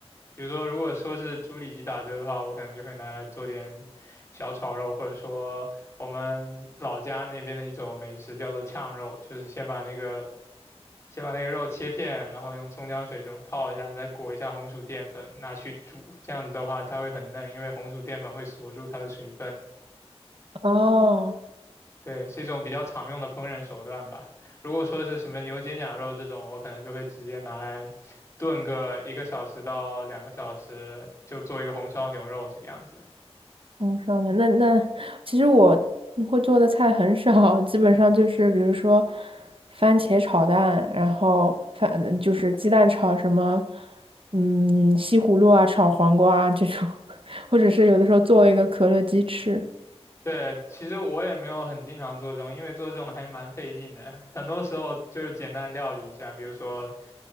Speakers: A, on the left (about 25°); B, on the right (about 55°).
A: 比如说，如果说是猪里脊打折的话，我可能就会拿来做点小炒肉，或者说我们老家那边的一种美食叫做炝肉，就是先把那个先把那个肉切片，然后用葱姜水什么泡一下，再裹一下红薯淀粉，拿去煮。这样子的话，它会很嫩，因为红薯淀粉会锁住它的水分。
B: 哦，
A: 对，是一种比较常用的烹饪手段吧。如果说是什么牛肩胛肉这种，我可能就会直接拿来炖个一个小时到两个小时，就做一个红烧牛肉这个样子。
B: 红烧牛，那那其实我会做的菜很少，基本上就是比如说番茄炒蛋，然后反就是鸡蛋炒什么，嗯，西葫芦啊，炒黄瓜啊这种，<laughs> 或者是有的时候做一个可乐鸡翅。
A: 对，其实我也没有很经常做这种，因为做这种还蛮费劲的。很多时候就是简单料理一下，比如说